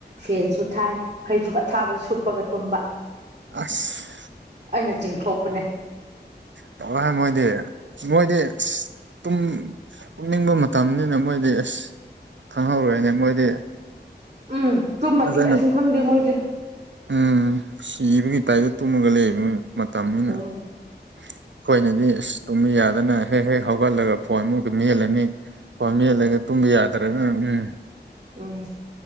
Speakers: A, on the right; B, on the right.
A: ꯐꯦꯟꯁꯨ ꯊꯥꯏ ꯐꯩꯖꯨꯞ ꯑꯊꯥꯕ ꯁꯨꯞꯄꯒ ꯇꯨꯝꯕ
B: ꯑꯁ
A: ꯑꯩꯅ ꯆꯤꯡꯊꯣꯛꯄꯅꯦ
B: ꯅꯨꯉꯥꯏ ꯃꯣꯏꯗꯤ ꯃꯣꯏꯗꯤ ꯇꯨꯝ ꯇꯨꯝꯅꯤꯡꯕ ꯃꯇꯝꯅꯤꯅ ꯃꯣꯏꯗꯤ ꯑꯁ ꯈꯪꯍꯧꯔꯣꯏꯅꯦ ꯃꯣꯏꯗꯤ
A: ꯎꯝ ꯇꯨꯝꯃꯗꯤ
B: ꯐꯖꯅ
A: ꯀꯩꯁꯨꯝ ꯈꯪꯗꯦ ꯃꯣꯏꯖꯦ
B: ꯎꯝ ꯁꯤꯕꯒꯤ ꯇꯥꯏꯞꯇ ꯇꯨꯝꯃꯒ ꯂꯩꯕ ꯃꯇꯝꯅꯤꯅ
A: ꯎꯝ
B: ꯑꯩꯈꯣꯏꯅꯗꯤ ꯑꯁ ꯇꯨꯝꯕ ꯌꯥꯗꯅ ꯍꯦꯛ ꯍꯦꯛ ꯍꯧꯒꯠꯂꯒ ꯐꯣꯟꯃꯨꯛ ꯃꯦꯠꯂꯅꯤ ꯐꯣꯟ ꯃꯦꯜꯂꯒ ꯇꯨꯝꯕ ꯌꯥꯗ꯭ꯔꯒꯅ ꯎꯝ
A: ꯎꯝ